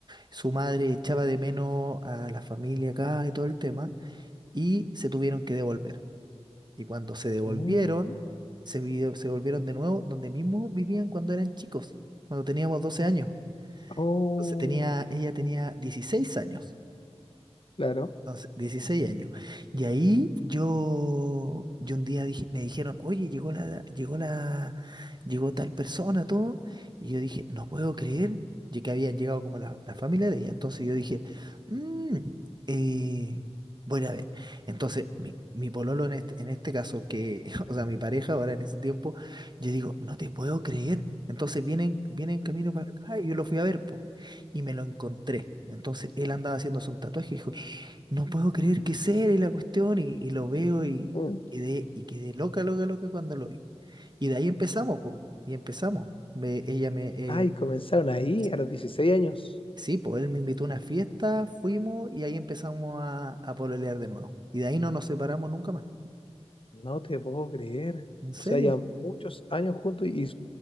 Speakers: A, on the right; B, on the left.
A: su madre echaba de menos a la familia acá y todo el tema y se tuvieron que devolver. Y cuando se devolvieron,
B: Mm,
A: se, vi- se volvieron de nuevo donde mismo vivían cuando eran chicos, cuando teníamos 12 años.
B: Oh,
A: Entonces tenía, ella tenía 16 años.
B: claro.
A: Entonces, 16 años. Y ahí yo, yo un día dije, me dijeron, oye, llegó la, llegó la, llegó tal persona, todo. Y yo dije, no puedo creer ya que habían llegado como la, la familia de ella. Entonces yo dije, "Mm, eh, voy a ir a ver. Entonces, mi, mi pololo en este, en este caso, que, <laughs> o sea, mi pareja ahora en ese tiempo, yo digo, no te puedo creer. Entonces vienen, vienen camino para acá y yo lo fui a ver, po, y me lo encontré. Entonces él andaba haciéndose un tatuaje y dijo, no puedo creer que sea y la cuestión, y, y lo veo y
B: Mm.
A: quedé, y quedé loca, loca, loca cuando lo vi. Y de ahí empezamos, pues, y empezamos. Me- ella me, eh,
B: Ay, comenzaron ahí
A: sí,
B: a los dieciséis años.
A: sí, pues él me invitó a una fiesta, fuimos y ahí empezamos a, a pololear de nuevo. Y de ahí no nos separamos nunca más.
B: No te puedo creer.
A: ¿En serio?
B: O sea, ya muchos años juntos y,